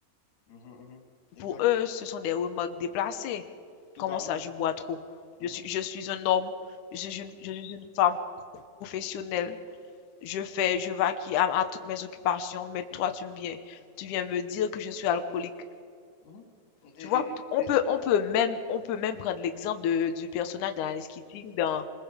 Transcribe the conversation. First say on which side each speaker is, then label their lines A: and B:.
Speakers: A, on the left (about 90°); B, on the left (about 65°).
A: Mhm, mhm. Exact,
B: Pour eux, ce sont des remarques déplacées.
A: totalement.
B: Comment ça, je bois trop?
A: Mhm,
B: Je suis, je suis un homme, je suis une, je suis une femme professionnelle. Je fais, je vaquille à, à toutes mes occupations, mais toi,
A: mhm,
B: tu me viens, tu viens me dire que je suis alcoolique.
A: mhm. Et,
B: Tu vois,
A: et-
B: on
A: et-
B: peut,
A: et-
B: on peut même, on peut même prendre l'exemple de- du personnage d'Alice Keating dans,